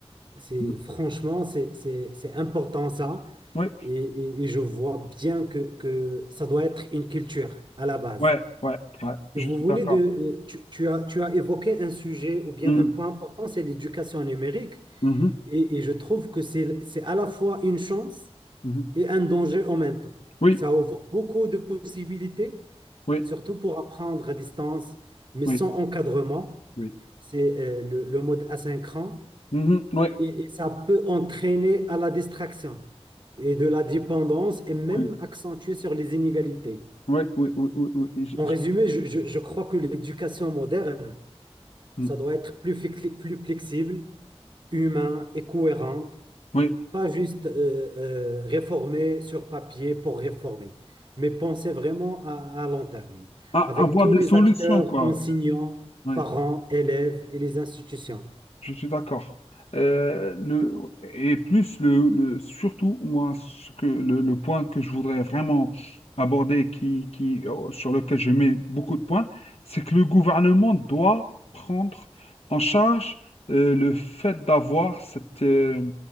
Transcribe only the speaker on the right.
C'est
franchement, c'est c'est- c'est important ça.
Et, et- et je vois bien que, que ça doit être une culture à la base.
Et vous
venez
de, tu, tu as, tu as évoqué un sujet ou bien
un point important, c'est l'éducation numérique.
Et, et je trouve que c'est, c'est à la fois une chance
et un danger en même temps.
Ça ouvre beaucoup de possibilités,
surtout pour apprendre à distance, mais
sans encadrement.
C'est euh, le, le mode asynchrone.
Et, et ça peut entraîner à la distraction et de la dépendance et même
accentuer sur les inégalités.
En
résumé, je, je- je crois que l'éducation moderne,
ça doit être plus, fli- plus flexible, humain et cohérente,
pas juste euh, euh, réformer sur papier pour réformer, mais penser vraiment à, à long terme,
avec
tous
les
acteurs,
enseignants,
parents, élèves et les institutions.